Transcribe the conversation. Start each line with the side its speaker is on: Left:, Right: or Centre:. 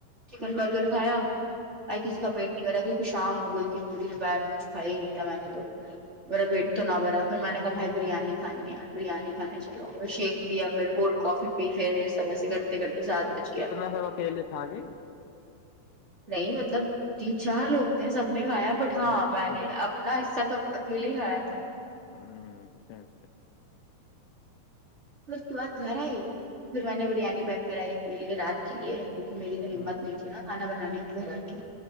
Right: چکن برگر کھایا بھائی کسی
Left: ہوں
Right: کا پیٹ نہیں بھرا کیونکہ شام ہو گئی تھی پوری دوپہر میں کچھ کھایا ہی نہیں تھا میں نے تو میرا پیٹ
Left: ہوں
Right: تو نہ بھرا پھر میں نے کہا بھائی بریانی کھانی ہے بریانی کھانے چلو شیک پیا پھر کولڈ کافی پی پھر یہ سب ایسے کرتے کرتے سات بج گیا
Left: کتنا سب اکیلے کھا گئی
Right: نہیں مطلب تین چار لوگ تھے سب نے کھایا بٹ ہاں
Left: اچھا
Right: میں نے اپ نا حصہ تو اب اکیلے ہی کھایا تھا
Left: ہوں خیر
Right: پھر اس کے بعد گھر آئی تو پھر میں نے بریانی پیک کرائی اپنے لیے رات کیلئے کیونکہ میری میں ہمت
Left: ہوں
Right: نہیں تھی ناں کھانا بنانے کی گھر آ کے